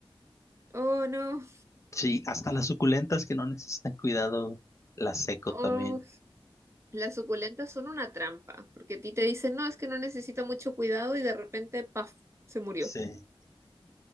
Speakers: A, on the right (about 30°); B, on the left (about 30°).
A: Oh, no.
B: Sí, hasta las suculentas que no necesitan cuidado, las seco
A: Oh,
B: también.
A: las suculentas son una trampa, porque a ti te dicen, no, es que no necesita mucho cuidado y de repente, paf, se murió.
B: Sí.